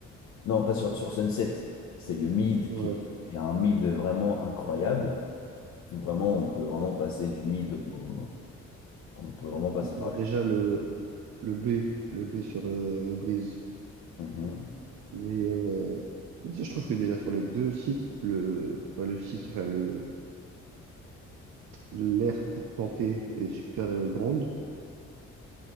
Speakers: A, on the left; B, on the right.
A: Non, pas sur, sur Sunset. C'est le mid
B: Ouais.
A: qui est un mid vraiment incroyable. Vraiment, on peut vraiment passer du mid au... On peut vraiment passer par
B: Bah, déjà, le, le B, le B sur euh, Breeze,
A: le mid. Mhm.
B: il est. euh, Déjà, je trouve que déjà sur les deux sites, le, bah, le site, enfin, le, l'aire pour planter est super euh, grande.